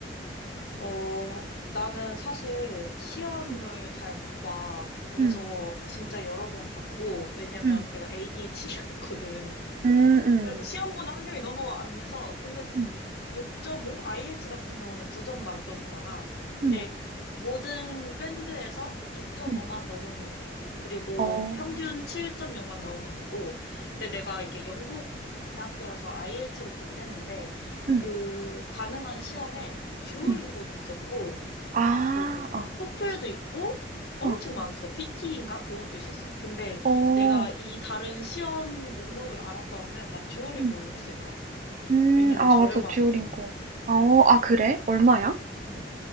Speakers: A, on the left; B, on the right.
A: 어, 나는 사실 시험을
B: 음.
A: 잘 못 봐. 그래서
B: 음.
A: 진짜 여러 번 봤고, 왜냐면
B: 음.
A: 내가 ADHD가 있거든.
B: 음음.
A: <laughs> 그래서 시험 보는 환경이 너무 안 돼서, 근데
B: 음.
A: 6.5, IH 같은 경우는 9점 만점이잖아. 근데
B: 음.
A: 모든 밴드에서 6.5만
B: 음. 음.
A: 넘으면 돼. 그리고
B: 어. 어.
A: 평균 7.0만 넣으면 되고. 근데 내가 이게 영국 대학교라서 IELTS로 보긴 했는데
B: 음.
A: 그 가능한 시험에 듀오링고도
B: 음.
A: 있었고
B: 아.
A: 그
B: 어.
A: 토플도 있고 엄청
B: 어.
A: 많았어. PT인가? 그것도 있었어. 근데
B: 어.
A: 내가 이 다른 시험 목록을 알았더라면 난 듀오링고를
B: 음.
A: 했을 거야.
B: 음,
A: 왜냐면
B: 아,
A: 저렴하거든.
B: 맞아. 듀오링고. 아, 어, 아, 그래? 얼마야?
A: 응.